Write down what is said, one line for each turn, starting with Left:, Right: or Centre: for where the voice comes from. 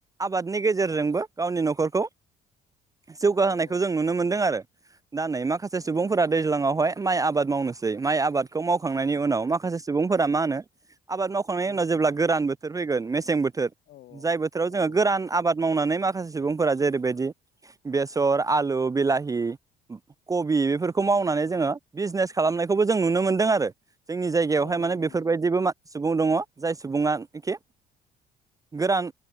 Right: आबादनि गेजेरजोंबो गावनि न'खरखौ जौगाहोनायखौ
Left: औ औ
Right: जों नुनो मोनदों आरो दा नै माखासे सुबुंफोरा
Left: औ
Right: दैज्लाङावहाय माइ आबाद मावनोसै माइ आबाद खौ मावखांनायनि
Left: औ
Right: उनाव माखासे सुबुंफोरा मा होनो आबाद मावखांनायनि
Left: मेसेङाव
Right: उनाव जेब्ला गोरान बोथोर फैगोन मेसें बोथ
Left: औ
Right: जाय बोथोराव जोङो
Left: औ
Right: गोरान
Left: नोंथां
Right: आबाद मावनानै मा खासे सुबुंफोरा जेरैबायदि बेसर आलु बिलाहि कबि बेफोरखौ
Left: औ
Right: मावनानै जोङो बिजनेस खालामनायखौबो जों नुनो मोनदों आरो जोंनि जायगायावहाय
Left: औ नोंथां
Right: माने बेफोरबायदिबो
Left: नंगौ
Right: मा सु बुं दङ जाय सुबुङा नोखि गोरान